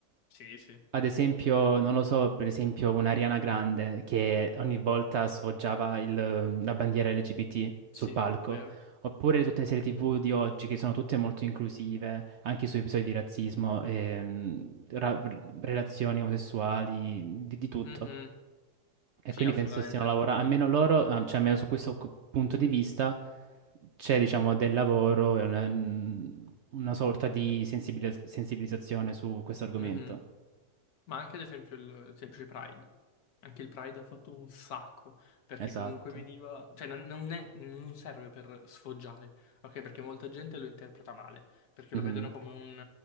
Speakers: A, on the left (about 75°); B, on the right (about 65°).
A: sì, sì,
B: Ad esempio, non lo so, per esempio un'Ariana Grande che ogni volta sfoggiava il- la bandiera LGBT sul
A: sì,
B: palco,
A: è vero.
B: oppure tutte le serie TV di oggi che sono tutte molto inclusive, anche su episodi di razzismo, ehm, ra- relazioni omosessuali, di, di tutto.
A: Mhm,
B: E
A: Sì,
B: quindi
A: assolutamente.
B: penso stiano lavorando, almeno loro, ah, cioè almeno su questo cu- punto di vista, c'è diciamo del lavoro e una, una sorta di sensibili- sensibilizzazione su questo argomento.
A: Mhm. Ma anche ad esempio il il semplice Pride. Anche il Pride ha fatto un sacco, perché
B: Esatto.
A: comunque veniva, cioè non, non è- non serve per sfoggiare, ok? Perché molta gente lo interpreta male, perché
B: Mhm.
A: lo vedono come un